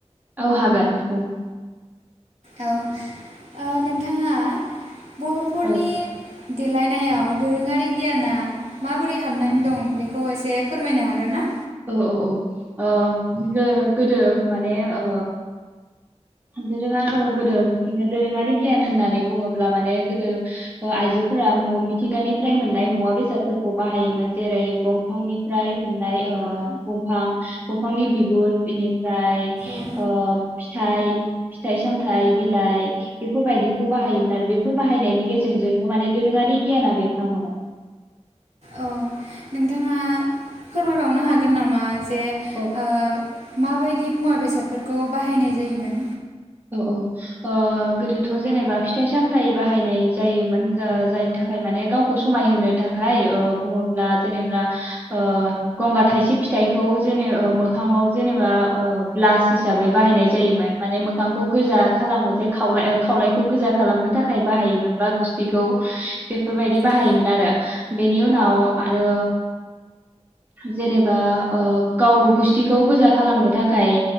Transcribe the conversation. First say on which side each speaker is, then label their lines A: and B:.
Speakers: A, on the right; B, on the right.
A: औ हागोन बुं
B: औ ओ नोंथाङा बर'फोरनि
A: औ
B: देलायनायाव दोरोङारि गियाना माबोरै हाबनानै दं बेखौ एसे फोरमायनो हागोन ना?
A: औ औ औ ओ गो-गोदो माने ओ दोरोङा गोदो मिथिंगा दोरोङारि गियान होननानै बुङोब्ला माने गोदो ओ आइजोफोरा मु मिथिंगानिफ्राय मोननाय मुवा बेसादफोरखौ बाहायोमोन जेरै बंफांनिफ्राय मोननाय ओ बंफां बंफांनि बिगुर इनिफ्राय
B: औ
A: ओ फिथाइ फिथाइ सामथाइ बिलाइ बेफोरबायदिखौ बाहायोमोन आरो बेफोर बाहायनायनि गेजेरजोंनो माने दोरोङारि गियाना बेरखाङोमोन।
B: औ नोंथाङा फोरमायबावनो हागोन नामा? बे
A: औ
B: ओ माबाय दि मुवा बेसादफोरखौ बाहायनाय जायोमोन।
A: औ ओ गोदोथ' जेनेबा फिथाइ सामथाइ बाहायनाय जायोमोन। जा जायनि थाखाय माने गावखौ समायहोनो थाखाय ओ बुङोब्ला जेनेबा ओ गंगार थाइसिब फिथाइखौ जेने ओ मोखाङाव जेनेबा ओ ब्लास हिसाबै बाहायनाय जायोमोन माने मोख खांखौ गोजा खालामो जे खावलाय खावलायखौ गोजा खालामनो थाखाय बाहायोमोन बा गुस्थिखौ बेफोरबायदि बाहायोमोन
B: औ
A: आरो। बेनि उनाव आरो जेनेबा ओ गाव गुस्थिखौ गोजा खालामनो थाखाय